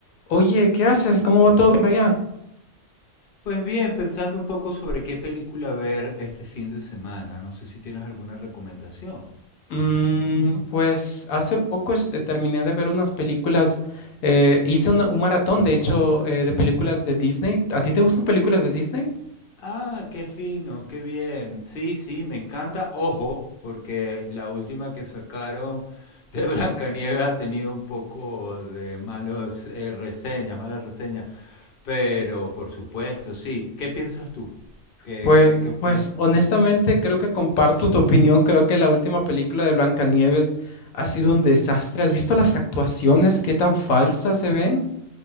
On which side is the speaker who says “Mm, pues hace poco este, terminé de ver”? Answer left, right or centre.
Left